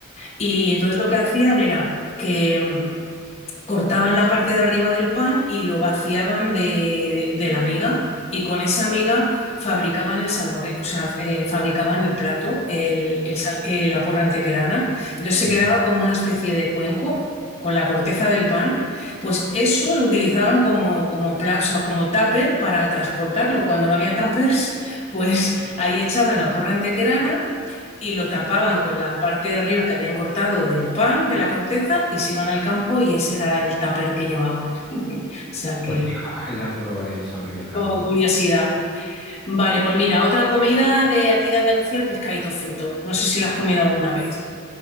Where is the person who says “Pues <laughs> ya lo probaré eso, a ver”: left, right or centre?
Centre